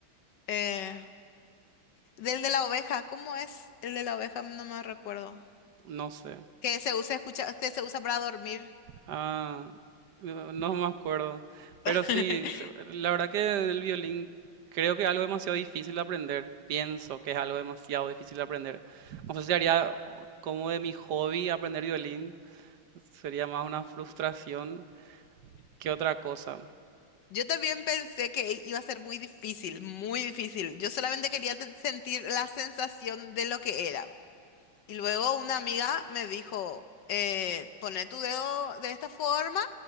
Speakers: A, on the left (about 70°); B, on the right (about 65°).
A: eh, del de la oveja. ¿Cómo es el de la oveja? No me recuerdo.
B: no sé.
A: Que se usa escucha, que se usa para dormir.
B: Ah, no no me acuerdo. Pero
A: <laughs>
B: sí, se- la verdad que el violín creo que es algo demasiado difícil de aprender. Pienso que es algo demasiado difícil de aprender. No sé si haría oh, como de mi hobby aprender violín. Sería más una frustración que otra cosa.
A: Yo también pensé que iba a ser muy difícil, muy difícil. Yo solamente quería ten- sentir la sensación de lo que era. Y luego una amiga me dijo, eh, poné tu dedo de esta forma